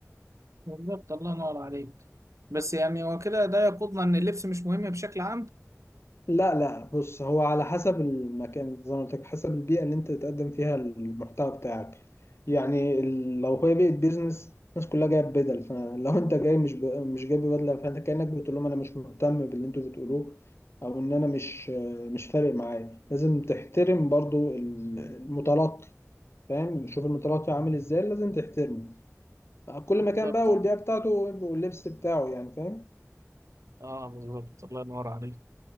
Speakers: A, on the right (about 70°); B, on the left (about 55°).
A: بالظبط الله ينور عليك بس يعني هو كده ده يقودنا ان اللبس مش مهم بشكل عام
B: لا لا بص هو على حسب المكان زي ما قلت لك حسب البيئة اللي انت تقدم فيها المحتوى بتاعك يعني ال- لو هي بيئة بيزنس الناس كلها جاية بدل فلو انت جاي مش ب... مش جايب بدلة فانت كأنك بتقول لهم انا مش مهتم باللي انتوا بتقولوه او ان انا مش مش فارق معايا لازم تحترم برضو ال- المتلقي فاهم شوف المتلقي عامل ازاي لازم تحترمه كل
A: بالظبط
B: مكان بقى والبيئة بتاعته واللبس بتاعه يعني فاهم
A: اه بالظبط الله ينور عليك